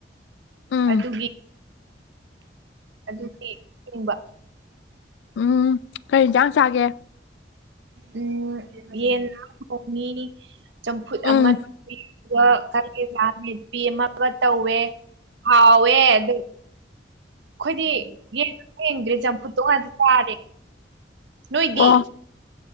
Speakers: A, on the left (about 80°); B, on the right (about 80°).
A: ꯎꯝ
B: ꯑꯗꯨꯒꯤ ꯑꯗꯨꯗꯤ ꯆꯤꯡꯕ
A: ꯎꯝ ꯀꯔꯤ ꯌꯦꯟꯁꯥꯡ ꯆꯥꯒꯦ
B: ꯎꯝ꯫ ꯌꯦꯟ ꯑꯃ ꯊꯣꯡꯉꯤ ꯆꯝꯐꯨꯠ ꯑꯃ
A: ꯎꯝ
B: ꯇ ꯑꯗꯨꯒ ꯀꯂꯦꯖꯥ ꯃꯦꯠꯄꯤ ꯑꯃꯥ ꯇꯧꯋꯦ ꯍꯋꯦ ꯑꯗꯨ ꯑꯩꯈꯣꯏꯗꯤ ꯌꯦꯟꯖꯨ ꯊꯤꯡꯗꯔ꯭ꯦ ꯆꯝꯐꯨꯠ ꯉꯛ ꯆꯥꯔꯦ ꯆꯔꯦ ꯅꯣꯏꯗꯤ
A: ꯑꯣ